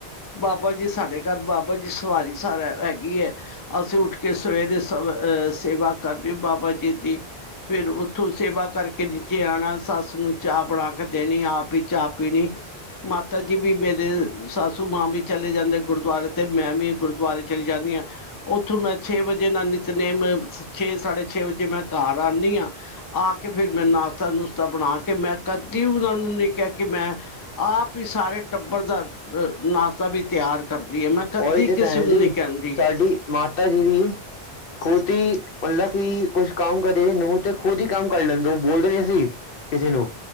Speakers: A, on the left; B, on the left.
A: ਬਾਬਾ ਜੀ ਸਾਡੇ ਘਰ ਬਾਬਾ ਜੀ ਸਵਾਰੀ ਸਾਰ ਹੈਗੀ ਏ। ਅਸੀਂ ਉੱਠ ਕੇ ਸਵੇਰੇ ਸ ਅਹ ਸੇਵਾ ਕਰਨੀ ਬਾਬਾ ਜੀ ਦੀ। ਫਿਰ ਉੱਥੋਂ ਸੇਵਾ ਕਰਕੇ ਨੀਚੇ ਆਉਣਾ ਸੱਸ ਨੂੰ ਚਾਹ ਬਣਾ ਕੇ ਦੇਣੀ ਆਪ ਵੀ ਚਾਹ ਪੀਣੀ। ਮਾਤਾ ਜੀ ਵੀ ਮੇਰੇ ਸਾਸੂ ਮਾਂ ਵੀ ਚਲੇ ਜਾਂਦੇ ਗੁਰਦੁਆਰੇ ਤੇ ਮੈਂ ਵੀ ਗੁਰਦੁਆਰੇ ਚਲੀ ਜਾਂਦੀ ਹਾਂ। ਉੱਥੋਂ ਮੈਂ ਛੇ ਵਜੇ ਨਾਲ ਨਿਤਨੇਮ ਛੇ ਸਾਢੇ ਛੇ ਵਜੇ ਮੈਂ ਘਰ ਆਉਂਦੀ ਹਾਂ। ਆ ਕੇ ਫੇਰ ਮੈਂ ਨਾਸ਼ਤਾ ਨੁਸ਼ਤਾ ਬਣਾ ਕੇ ਮੈਂ ਕਦੀ ਉਹਨਾਂ ਨੂੰ ਨਹੀਂ ਕਿਹਾ ਕਿ ਮੈਂ ਆਪ ਹੀ ਸਾਰੇ ਟੱਬਰ ਦਾ ਨਾਸ਼ਤਾ ਵੀ ਤਿਆਰ ਕਰਦੀ ਹੈ ਮੈਂ ਕਦੀ
B: ਉਹੀ ਤੇ
A: ਕਿਸੇ
B: ਭੈਣ
A: ਨੂੰ
B: ਜੀ
A: ਨੀ ਕਹਿੰਦੀ।
B: ਸਾਡੀ ਮਾਤਾ ਜੀ ਵੀ ਖੁਦ ਹੀ ਮਤਲਬ ਕਿ ਕੁਛ ਕੰਮ ਕਰੇ ਨੂੰਹ ਤੇ ਖੁਦ ਹੀ ਕੰਮ ਕਰ ਲੈਣ ਦਿਓ ਬੋਲਦੇ ਸੀ। ਕਿਸੇ ਨੂੰ